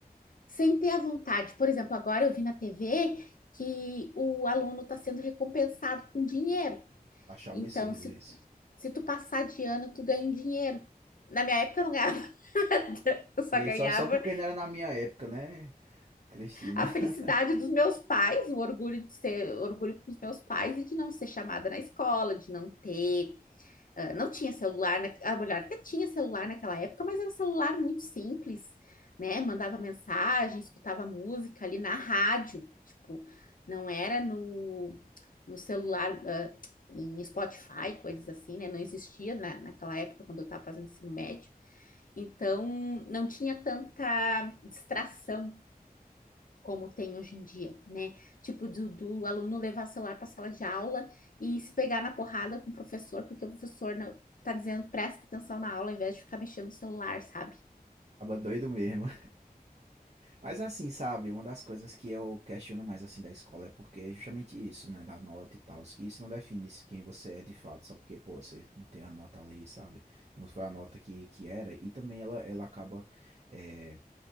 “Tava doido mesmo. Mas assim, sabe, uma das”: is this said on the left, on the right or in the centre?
Right